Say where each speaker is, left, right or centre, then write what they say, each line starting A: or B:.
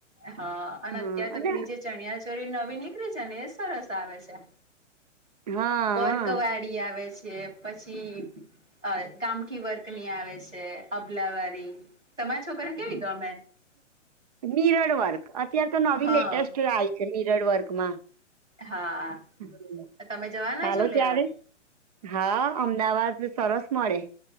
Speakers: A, on the right; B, on the right.
A: હા અન અત્યાર
B: હા
A: તો
B: અને
A: પેલી જે ચણિયા ચોરી નવી નીકળી છે ને એ સરસ આવે છે
B: હા
A: વર્ક
B: હા
A: વા ડી આવે છે પછી અ કામકી વર્કની આવે છે. અભલાવારી તમાર છોકરીઓન કેવી ગમે?
B: નિરડ વર્ક અત્યાર તો નવી
A: હા
B: લેટેસ્ટ આઈ છે નિરડ વર્કમાં.
A: હા
B: હમ.
A: ત તમે જવાના
B: ચાલો
A: છો લેવા?
B: ત્યારે હા અમદાવાદ સરસ મળે.